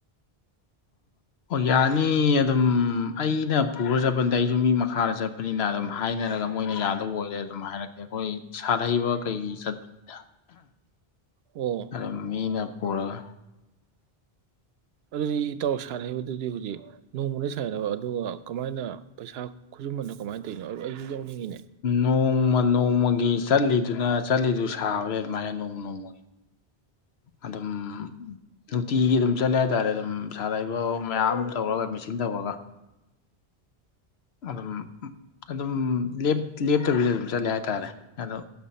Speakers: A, on the left; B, on the right.
A: ꯍꫭꯏ ꯌꯥꯅꯤ ꯑꯗꯨꯝ ꯑꯩꯅ ꯄꯨꯔ ꯆꯠꯄꯟꯗꯦ ꯑꯩꯁꯨ ꯃꯤ ꯃꯈꯥꯗ ꯆꯠꯄꯅꯤꯅ ꯑꯗꯨꯝ ꯍꯥꯏꯅꯔꯒ ꯃꫭꯏꯅ ꯌꯥꯗꯧꯕ ꯑꫭꯏꯗꯤ ꯑꯗꯨꯝ ꯍꯥꯏꯔꯛꯀꯦ ꯑꯈꫭꯏ ꯁꯥꯠ ꯍꯩꯕ ꯀꯩꯒꯤ ꯆꯠꯄꯅꯤꯗ꯫
B: ꯑꯣ
A: ꯑꯗꯨꯝ ꯃꯤꯅ ꯄꯨꯔꯒ
B: ꯑꯗꯨꯗꯤ ꯏꯇꯥꯎ ꯁꯥꯠ ꯍꯩꯕꯗꯨꯗꯤ ꯍꯩꯖꯤꯛ ꯅꫭꯡꯃꯗ ꯁꯥꯏꯔꯕ ꯑꯗꯨꯒ ꯀꯃꯥꯏꯅ ꯄꯩꯁꯥ ꯈꯨꯖꯤꯟꯕꯅ ꯀꯃꯥꯏ ꯇꯧꯏꯅꫭ ꯑꯩꯁꯨ ꯌꯥꯎꯅꯤꯡꯏꯅꯦ
A: ꯅꫭꯡꯃ-ꯅꫭꯡꯃꯒꯤ ꯆꯠꯂꯤꯗꯨꯅ ꯆꯠꯂꯤꯗꯨ ꯁꯥꯕ ꯗꯨꯃꯥꯏꯅ ꯅꫭꯡꯃ ‌ꯅꫭꯡꯃꯒꯤ꯫ ꯑꯗꯨꯝ ꯅꯨꯡꯇꯤꯒꯤ ꯑꯗꯨꯝ ꯆꯠꯂꯦ ꯍꯥꯏꯇꯥꯔꯦ ꯑꯗꯨꯝ ꯁꯥꯔꯛꯏꯕ ꯃꯌꯥꯝ ꯇꯧꯔꯒ ꯃꯦꯆꯤꯟ ꯇꯧꯔꯒ ꯑꯗꯨꯝ ꯝ ꯑꯗꯨꯝ ꯂꯦꯞ ꯂꯦꯞꯇꯕꯤꯗ ꯑꯗꯨꯝ ꯆꯠꯂꯦ ꯍꯥꯏꯇꯥꯔꯦ ꯑꯗꫭ